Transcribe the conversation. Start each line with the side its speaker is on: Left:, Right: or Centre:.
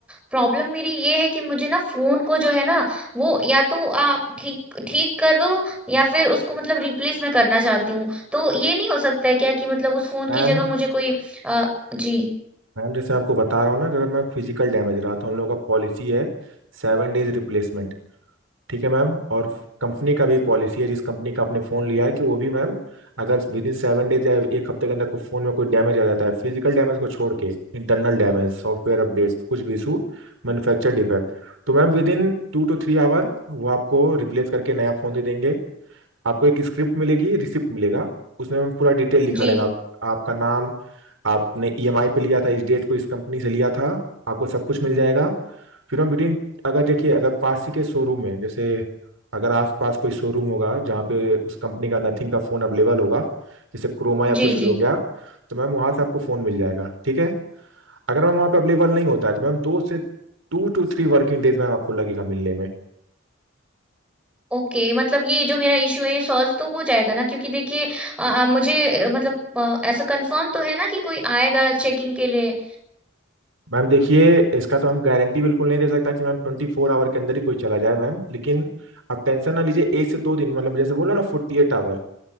Centre: problem मेरी ये है कि मुझे ना फोन को जो है ना वो या तो आप ठीक ठीक कर दो या फिर उसको मतलब रिप्लेस मैं करना चाहती हूँ तो ये नहीं हो सकता है क्या कि मतलब उस फोन की
Right: मैम
Centre: जगह मुझे कोई अ, जी
Right: मैम जैसे मैं आपको बता रहा हूँ ना कि अगर मैं फिजिकल डैमेज रहा तो हम लोग का पॉलिसी है सेवन डेज रिप्लेसमेंट ठीक है मैम और कंपनी का भी पॉलिसी है जिस कंपनी का आपने फ़ोन लिया है कि वो भी मैम अगर विद इन सेवन डेज या एक हफ्ते के अंदर कोई फ़ोन में कोई डैमेज आ जाता है फिजिकल डैमेज को छोड़ के इंटरनल डैमेज सॉफ्टवेयर अपडेट कुछ भी इशू मैन्युफैक्चर डिफेक्ट तो ma'am with in टू टू थ्री our वो आपको रिप्लेस करके नया फ़ोन दे देंगे आपको एक स्क्रिप्ट मिलेगी रिसिप्ट मिलेगा उसमें हम पूरा डिटेल लिखा
Centre: जी
Right: रहेगा आप, आपका नाम आपने ईएमआई पे लिया था इस डेट को इस कंपनी से लिया था आपको सब कुछ मिल जाएगा फिर हम विदिन अगर देखिए अगर पास ही के शोरूम है जैसे अगर आसपास कोई शोरूम होगा जहाँ पे उस कंपनी का नथिंग का फ़ोन अवेलेबल होगा जैसे क्रोमा या
Centre: जी
Right: कुछ भी
Centre: जी
Right: हो गया तो मैम वहाँ से आपको फ़ोन मिल जाएगा ठीक है अगर मैम वहाँ पे अवेलेबल नहीं होता है तो मैम दो से टू टू थ्री वर्किंग डेज मैम आपको लगेगा मिलने में
Centre: ओके मतलब ये जो मेरा इश्यू है ये सॉल्व तो हो जाएगा ना क्योंकि देखिए अ, अ, मुझे अ, मतलब अ, ऐसा कंफर्म तो है ना कि कोई आएगा चेकिंग के लिए
Right: मैम देखिए इसका तो हम गारंटी बिल्कुल नहीं दे सकता कि मैम ट्वेंटी फोर आवर के अंदर ही कोई चला जाए मैम लेकिन आप टेंशन ना लीजिए एक से दो दिन मतलब जैसे बोला ना फोर्टी एट आवर